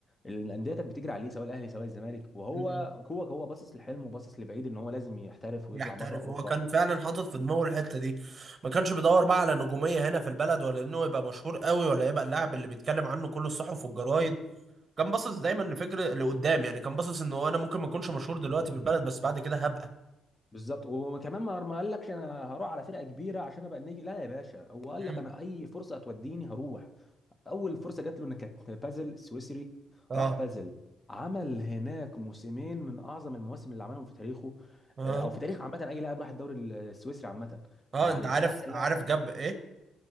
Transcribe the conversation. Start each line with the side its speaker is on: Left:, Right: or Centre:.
Left: الانديه كانت بتجري عليه سواء الاهلي سواء الزمالك وهو
Right: مم.
Left: هو هو باصص لحلمه وباصص لبعيد ان هو لازم يحترف ويطلع
Right: يحترف
Left: بره اوروبا
Right: هو كان فعلا حاطط في دماغه الحته دي ما كانش بيدور بقى على نجوميه هنا في البلد ولا انه يبقى مشهور قوي ولا يبقى اللاعب اللي بيتكلم عنه كل الصحف والجرايد كان باصص دايما لفكر لقدام يعني كان باصص انه انا ممكن ما اكونش مشهور دلوقتي في البلد بس بعد كده هبقى
Left: بالظبط وكمان ما ما قال لكش انا هروح على فرقه كبيره عشان ابقى النجم لا يا باشا هو قال
Right: مم.
Left: لك انا اي فرصه هتوديني هروح اول فرصه جات له ان كانت بازل سويسري
Right: اه
Left: راح بازل عمل هناك موسمين من اعظم المواسم اللي عملهم في تاريخه
Right: اه
Left: آه، او في تاريخ عامه اي لاعب راح الدوري السويسري عامه
Right: اه
Left: يعني
Right: انت عارف
Left: خد احسن
Right: عارف
Left: لاعب
Right: جاب ايه